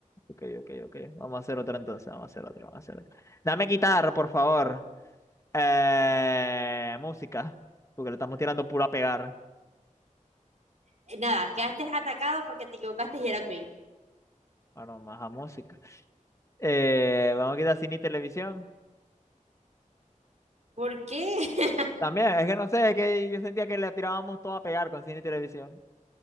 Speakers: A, on the left; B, on the right.
A: Ok, ok, ok. Vamos a hacer otra entonces, vamos a hacer otra, vamos a hacer otra. Dame quitar, por favor. Eh, música, porque le estamos tirando puro a pegar.
B: Eh, Nada, quedaste atacado porque te equivocaste y era Queen.
A: Bueno, más a música. Eh, vamos a quitar cine y televisión.
B: ¿Por qué? <laughs>
A: También, es que no sé, es que yo sentía que le tirábamos todo a pegar con cine y televisión.